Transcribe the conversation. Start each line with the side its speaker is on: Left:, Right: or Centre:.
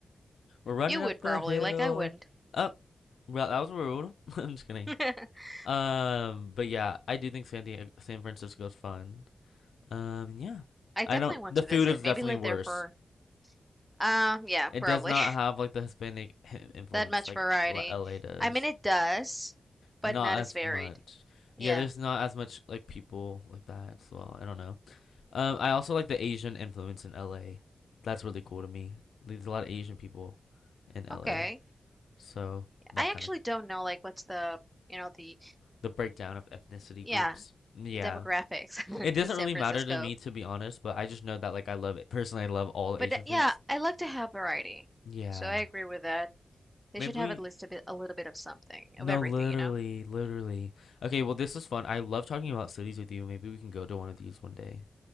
Left: We're running
Centre: you
Left: up
Centre: would
Left: the
Centre: probably,
Left: hill.
Centre: like, I wouldn't.
Left: Up. Oh, well, that was rude. <laughs> I'm just kidding.
Centre: <laughs>
Left: Um, but yeah, I do think San Diego, San Francisco is fun. Um, yeah,
Centre: I
Left: I
Centre: definitely
Left: don't.
Centre: want
Left: The
Centre: to
Left: food
Centre: visit.
Left: is
Centre: Maybe
Left: definitely
Centre: live
Left: worse.
Centre: there for, um, yeah,
Left: It
Centre: probably
Left: does not have like the Hispanic hi-
Centre: <laughs>
Left: influence
Centre: that much
Left: like
Centre: variety.
Left: L- LA does.
Centre: I mean, it does, but
Left: Not
Centre: not as
Left: as
Centre: varied.
Left: much.
Centre: Yeah,
Left: Yeah, there's not as much like people like that as well. I don't know. Um, I also like the Asian influence in LA. That's really cool to me. There's a lot of Asian people in LA,
Centre: okay.
Left: so that
Centre: I
Left: kind
Centre: actually
Left: of
Centre: don't know, like, what's the, you know, the,
Left: the breakdown of ethnicity
Centre: yeah,
Left: groups. Yeah.
Centre: the demographics
Left: It doesn't
Centre: <laughs> in San
Left: really
Centre: Francisco.
Left: matter to me to be honest, but I just know that like I love it. Personally, I love all Asian
Centre: But th-
Left: foods.
Centre: yeah, I like to have variety.
Left: Yeah.
Centre: So I agree with that. They
Left: Maybe
Centre: should have
Left: we
Centre: at least a bit, a little bit of something,
Left: no,
Centre: of everything,
Left: literally,
Centre: you know?
Left: literally. Okay, well this is fun. I love talking about cities with you. Maybe we can go to one of these one day.